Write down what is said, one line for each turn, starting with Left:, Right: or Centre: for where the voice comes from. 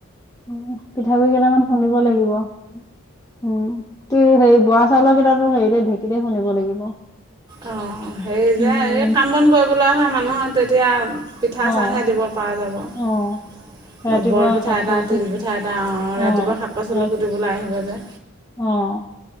Left: উম পিঠাগুৰি কেইটামান খুন্দিব লাগিব, উম। <unintelligible> হেৰি বৰা চাউলৰ কেইটাতো হেৰিতে, ঢেঁকীতে খুন্দিব লাগিব।
Right: অ' হেৰি যে
Left: উম
Right: এই কাম বন কৰিবলৈ অহা মানুহক তেতিয়া পিঠা
Left: অ',
Right: চাহে দিব পৰা যাব।
Left: অ', ৰাতিপুৱা
Right: বৰপিঠা
Left: শাক
Right: এটা,
Left: চবজি
Right: তিলপিঠা এটা ৰাতিপুৱা
Left: অ',
Right: শাক পাচলি
Left: ৰা
Right: কুটিবলে আহিব যে।
Left: অ'।